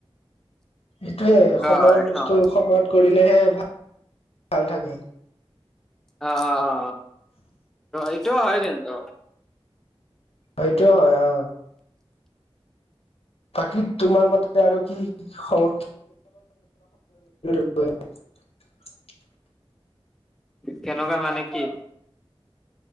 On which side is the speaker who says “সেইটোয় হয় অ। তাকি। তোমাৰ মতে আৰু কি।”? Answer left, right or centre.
Left